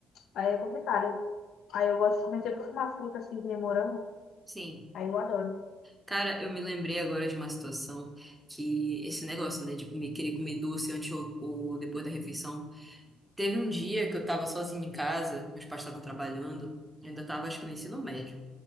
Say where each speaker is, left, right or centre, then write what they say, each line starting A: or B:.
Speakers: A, on the left; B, in the centre.
A: aí é complicado. Aí eu gosto, comecei por uma fruta assim, que nem morango,
B: sim.
A: aí eu adoro.
B: Cara, eu me lembrei agora de uma situação que esse negócio, né, de comer, querer comer doce antes ou, ou depois da refeição. Teve um dia que eu tava sozinha em casa, meus pais estavam trabalhando, eu ainda tava acho que no ensino médio.